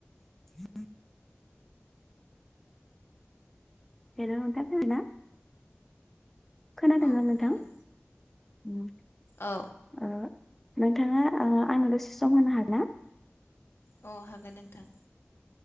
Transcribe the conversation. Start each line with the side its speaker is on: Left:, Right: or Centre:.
Centre: <unintelligible> Hello नोंथां खोनादोना? खोनादोंना
Left: औ
Centre: नोंथां
Left: खोनादों
Centre: ओम
Left: औ
Centre: ओ। नोंथाङा आंनाव द'से सम होनो हागोन ना?
Left: अ हागोन नोंथां।